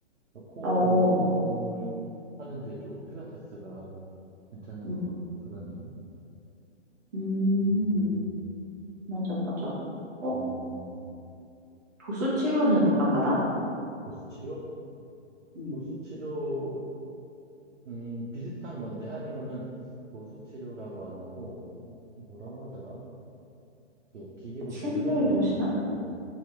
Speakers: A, on the right; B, on the right.
A: 그 코어
B: 어,
A: 운동을
B: 음,
A: 하는데도 필라테스가 괜찮을
B: 응,
A: 것 같고, 그러네.
B: 음,
A: 음,
B: 맞아, 맞아. 어,
A: 음,
B: 도수 치료는 안 받아?
A: 도수치료?
B: 응.
A: 도수치료, 음, 비슷한 건데, 한의원은 도수치료라고 안 하고, 뭐라고 하더라? 그 기계로
B: 침을
A: 이렇게 누르는 게
B: 놓으시나?
A: 있더라고.